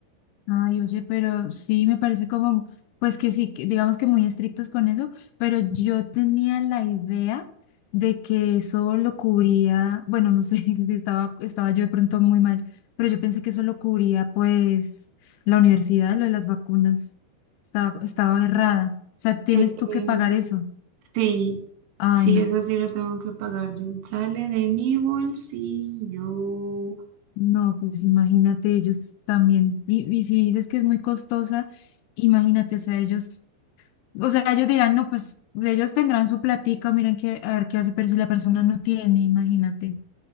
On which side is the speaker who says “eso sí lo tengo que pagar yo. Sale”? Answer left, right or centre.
Right